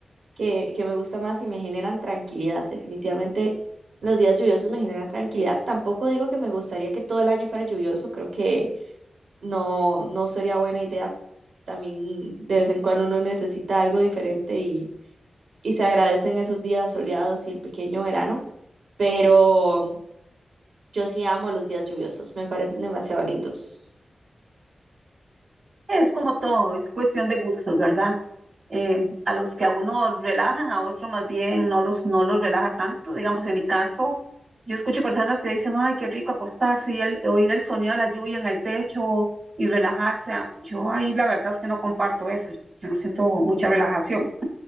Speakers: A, on the right; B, on the right.
A: que, que me gusta más y me generan tranquilidad. Definitivamente los días lluviosos me generan tranquilidad. Tampoco digo que me gustaría que todo el año fuera lluvioso, creo que no, no sería buena idea. También de vez en cuando uno necesita algo diferente y, y se agradecen esos días soleados y el pequeño verano, pero yo sí amo los días lluviosos, me parecen demasiado lindos.
B: Es como todo, es cuestión de gustos, ¿verdad? eh, a los que a uno relajan, a otro más bien no los, no los relaja tanto. Digamos, en mi caso, yo escucho personas que dicen, ay, qué rico acostarse y el, oír el sonido de la lluvia en el techo y relajarse. Ah, Yo ahí la verdad es que no comparto eso, yo no siento mucha relajación